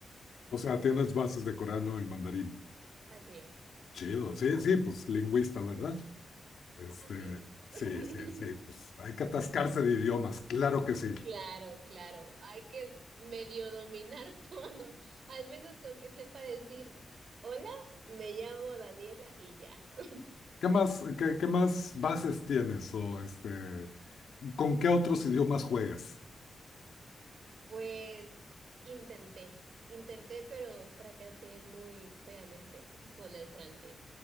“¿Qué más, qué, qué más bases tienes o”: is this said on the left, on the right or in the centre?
Left